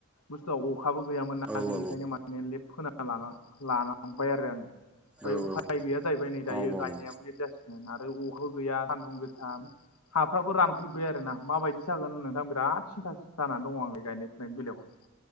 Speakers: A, on the left; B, in the centre.
A: बुस्थुआ अखाबो गैयामोन ना
B: औ
A: बेनिखायनो
B: औ
A: माने माने लेत फोना लाना लानांबाय आरो आङो ओमफ्राय
B: औ
A: उफाय गैया जाहैबाय नै दायो
B: औ औ
A: गायनायाबो
B: औ
A: लेट जासिगोन आरो अखाबो गैया सान्दुं गोसा। हाफ्राबो रानखावजोब्बाय आरोना माबायदि जागोन नोंथां बिराद सिन्थासो जानानै दङ आङो गायनाय फुनायनि बेलायावहाय।